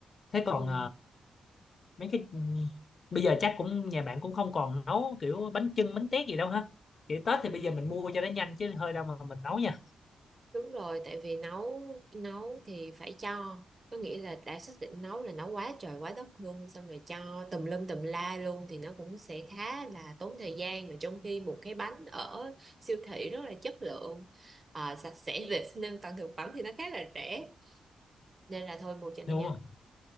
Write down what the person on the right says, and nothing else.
Ừ.
Đúng rồi, tại vì nấu nấu thì phải cho có nghĩa là đã xác định nấu là nấu quá trời quá đất luôn xong rồi cho tùm lum tùm la luôn thì nó cũng sẽ khá là tốn thời gian mà trong khi một cái bánh ở siêu thị rất là chất lượng à, sạch sẽ <laughs> vệ sinh an toàn thực phẩm thì nó khá là rẻ nên là thôi mua cho nó
nhanh